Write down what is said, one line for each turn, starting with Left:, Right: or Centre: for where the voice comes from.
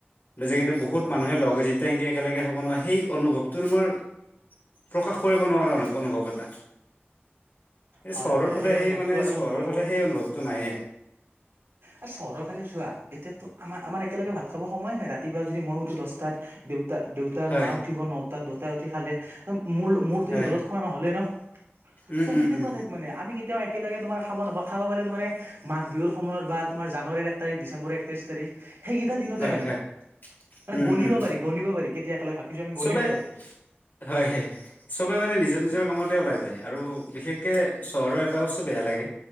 Left: লৈ যায় কিন্তু বহুত
Right: উম
Left: মানুহে লগে যেতিয়া এনেকে একেলগে হ'ব নোৱাৰে সেই অনুভৱটো তোমাৰ প্ৰকাশ কৰিব নোৱাৰা অনুভৱ এটা। এই
Right: হয়
Left: চহৰৰ
Right: হয়
Left: ফালে সেই
Right: অনুভৱটো
Left: মানে
Right: আৰু
Left: চহৰৰ
Right: মইও
Left: ফালে সেই অনুভৱটো নাইয়েই।
Right: আৰু চহৰৰ ফালে যোৱা এতিয়াতো আমাৰ আমাৰ একেলগে ভাত খাব সময়ে নাই ৰাতিপুৱা যদি মইয় উঠো দহটাত দেউতা দেউতা আৰু
Left: হয়
Right: মা উঠিব ন তাত দেউতাই উঠি খালে মোৰ মোৰতো
Left: হয়
Right: সিহঁতৰ খোৱা নহলে ন।
Left: উম
Right: ত
Left: উম
Right: সেনেকুৱা
Left: উম
Right: ঠাইপ মানে আমি কেতিয়াও একেলগে তোমাৰ খাব নাপাওঁ খাব পালে ত মানে মাঘ বিহুৰ সময়ত বা তোমাৰ জানুৱাৰীৰ এক তাৰিখ ডিচেম্বৰ একত্ৰিছ তাৰিখ সেইকেইটা দিনতে
Left: হয়
Right: মানে
Left: হয়
Right: মানে
Left: উম
Right: গণিব
Left: উম
Right: পাৰি গণিব পাৰি কেতিয়া একেলগে ভাত খাইছো আমি গণিব
Left: চবে
Right: পাৰো।
Left: হয় হয় চবে মানে নিজৰ
Right: সেইটো
Left: নিজৰ কামত। ওলাই যায় আৰু বিশেষকে চহৰৰ এটা বস্তু বেয়া লাগে